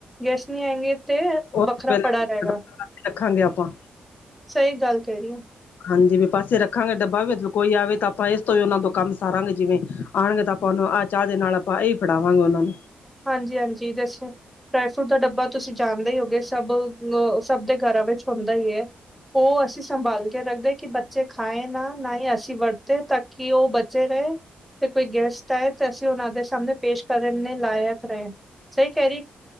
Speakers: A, in the centre; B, on the left.
A: ਗੈਸਟ ਨੀ ਆਏਂਗੇ 'ਤੇ
B: ਉਸ
A: ਵੱਖਰਾ
B: ਪਹਿਲਾਂ
A: ਪੜਾ ਰਏਗਾ,
B: ਰੱਖਾਂਗੇ ਆਪਾਂ
A: ਸਈ ਗੱਲ ਕੈਣੀ ਆ।
B: ਹਾਂਜੀ ਵੀ ਪਾਸੇ ਰੱਖਾਂਗੇ ਡੱਬਾ ਵੀ ਅੱਜ ਕੋਈ ਆਵੇ ਤਾਂ ਆਪਾਂ ਏਸ ਤੋਂ ਈ ਉਨਾਂ ਤੋਂ ਕੰਮ ਸਾਰਾਂਗੇ ਜਿਵੇਂ ਆਣਗੇ ਤਾਂ ਆਪਾਂ ਉਨੂੰ ਆ ਚਾ ਦੇ ਨਾਲ ਆਪਾਂ ਏਈ ਫੜਾਵਾਂਗੇ ਉਨਾਂ ਨੂੰ।
A: ਹਾਂਜੀ-ਹਾਂਜੀ ਦੱਸ। ਡਰਾਈ ਫਰੂਟ ਦਾ ਡੱਬਾ ਤੁਸੀਂ ਜਾਣਦੇ ਈ ਹੋਗੇ ਸਭ ਅ ਸਭ ਦੇ ਘਰਾਂ ਵਿੱਚ ਹੁੰਦਾ ਈ ਐ। ਓ ਅਸੀਂ ਸੰਭਾਲ ਕੇ ਰੱਖਦੇ ਕਿ ਬੱ ਚੇ ਖਾਏ ਨਾ ਨਾਈ ਅਸੀਂ ਵਰਤੇ ਤਾਂ ਕਿ ਓ ਬਚੇ ਰਏ 'ਤੇ ਕੋਈ ਗੈਸਟ ਤਾਏ ਤਾਂ ਅਸੀਂ ਉਨਾਂ ਦੇ ਸਾਹਮਣੇ ਪੇਸ਼ ਕਰਨ ਨੇ ਲਾਇਕ ਰਏ ਸਈ ਕੈ ਰੀ